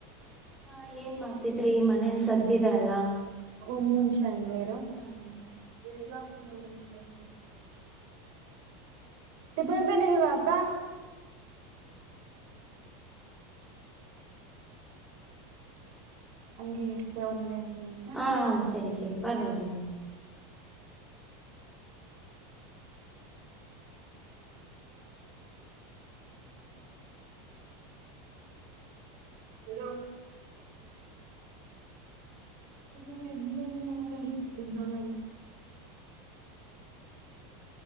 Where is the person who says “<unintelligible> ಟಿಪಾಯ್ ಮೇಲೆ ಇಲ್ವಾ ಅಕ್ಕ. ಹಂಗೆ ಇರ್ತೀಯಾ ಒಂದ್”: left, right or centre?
Right